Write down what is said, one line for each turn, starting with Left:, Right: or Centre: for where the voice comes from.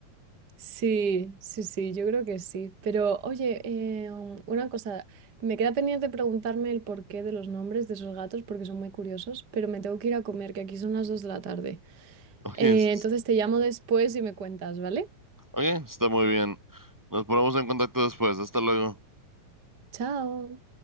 Right: Sí, sí, sí, yo creo que sí. Pero oye, eh, um, una cosa, me queda pendiente preguntarme el porqué de los nombres de esos gatos porque son muy curiosos, pero me tengo que ir a comer, que aquí son las dos de la tarde.
Centre: Oye,
Right: Eh,
Centre: es-
Right: entonces te llamo después y me cuentas, ¿vale?
Centre: oye, está muy bien. Nos ponemos en contacto después. Hasta luego.
Right: Chao.